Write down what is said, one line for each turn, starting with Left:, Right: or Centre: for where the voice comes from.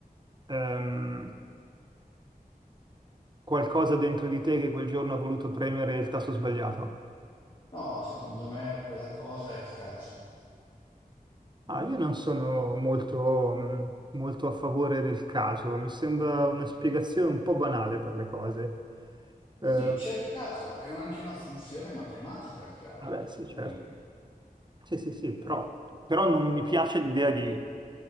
Right: ehm, qualcosa dentro di te che quel giorno ha voluto premere il tasto sbagliato.
Left: No, secondo me quella cosa è il caso.
Right: Ah, io non sono molto, mh, molto a favore del caso, mi sembra una spiegazione un po' banale per le cose. Eh,
Left: Sì, c'è il caso, è un- anche una funzione matematica il caso,
Right: vabbè,
Left: per
Right: sì,
Left: cui
Right: certo. Sì, sì, sì, però, però non mi piace l'idea di...